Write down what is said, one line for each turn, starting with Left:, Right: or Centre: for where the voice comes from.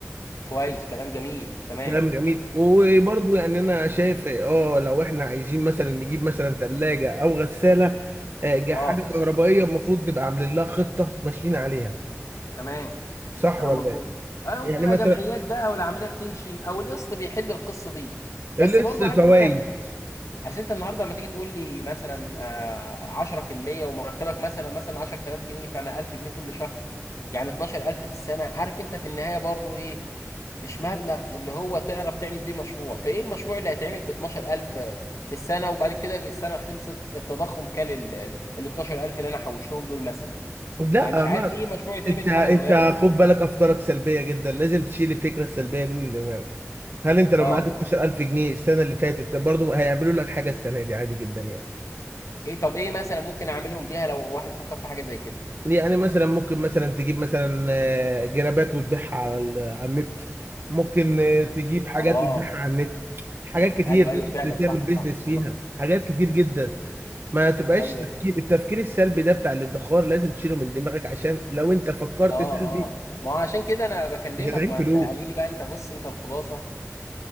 Left: كويس كلام جميل تمام
Right: كلام جميل وبرضه يعني انا شايف اه لو احنا عايزين مثلا نجيب مثلا ثلاجه او غساله آه، جحافل
Left: اه
Right: كهربائيه المفروض نبقى عاملين لها خطه ماشيين عليها
Left: تمام
Right: صح
Left: كلام
Right: ولا
Left: مظبوط
Right: ايه؟
Left: اه
Right: يعني
Left: وبتبقى
Right: مثلا
Left: جمعيات بقى والعمليه بتمشي او القسط بيحل القصه دي بس
Right: لبس
Left: برضه
Right: فوائد
Left: عارف انت اصل انت النهارده لما تيجي تقول لي مثلا آه، 10% ومرتبك مثلا مثلا 10000 جنيه فانا 1000 جنيه كل شهر يعني 12000 في السنه عارف انت في النهايه برضه ايه مش مبلغ اللي هو تعرف تعمل بيه مشروع فايه المشروع اللي هيتعمل ب 12000 في السنه وبعد كده السنه خلصت التضخم كل ال ال 12000 اللي انا حوشتهم دول مثلا
Right: لا
Left: فمش عارف
Right: ما
Left: ايه مشروع يتعمل
Right: انت انت
Left: بحاجه صغيره زي
Right: خد
Left: كده
Right: بالك افكارك سلبيه جدا لازم تشيل الفكره السلبيه دي من دماغك هل انت لو
Left: اه
Right: معاك 12000 جنيه السنه اللي فاتت برضه هيعملوا لك حاجه السنه دي عادي جدا يعني
Left: ايه طب ايه مثلا ممكن اعملهم بيها لو واحد فكر في حاجه زي كده
Right: يعني مثلا ممكن مثلا تجيب مثلا آه، جرابات وتبيعها على ال- على النت ممكن آه، تجيب حاجات
Left: اه
Right: وتبيعها على النت حاجات كتير
Left: ايوه
Right: تقدر
Left: ايوه فعلا
Right: تعمل
Left: صح
Right: بيزنس
Left: صح والله
Right: فيها حاجات كتير جدا ما تبقاش
Left: ايوه
Right: تفكير التفكير السلبي ده بتاع الادخار لازم تشيله من دماغك عشان لو انت فكرت
Left: اه
Right: سلبي
Left: اه ما هو عشان كده انا بكلمك
Right: مش هتعين
Left: ما
Right: فلوس
Left: انت قالوا لي بقى انت بص انت الخلاصه